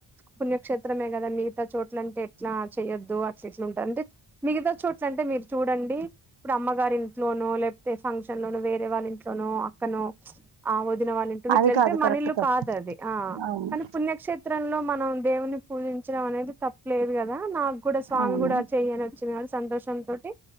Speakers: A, in the centre; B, on the right.
A: పుణ్యక్షేత్రమే కదా మిగతా చోట్ల అంటే ఎట్లా చెయ్యొద్దు అట్ల ఇట్లా ఉంటంది మిగతా చోట్ల అంటే మీరు చూడండి ఇప్పుడు అమ్మగారి ఇంట్లోనో లేకపో ఫంక్షన్ లోనొ వేరే వాళ్ళ ఇంట్లోనో అక్కనో ఆ వాళ్ళు ఇంటి గిట్ల
B: అది
A: వెళ్తే
B: కాదు కరెక్ట్
A: మనిల్లు
B: కాదు
A: కాదది ఆ
B: అవును
A: కానీ పుణ్యక్షేత్రంలో మనం దేవుని పూజించడం అనేది తప్పలేదు కదా నాకు కూడా స్వామి
B: అవును
A: కూడా చెయన వచ్చు సంతోషంతోటి